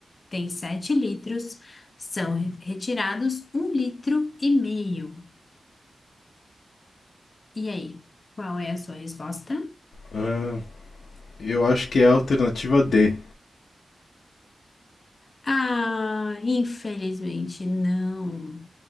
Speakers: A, on the left; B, on the left.
A: tem 7 litros, são re- retirados um litro e meio. E aí, qual é a sua resposta?
B: Ah, eu acho que é a alternativa D.
A: Ah, infelizmente não.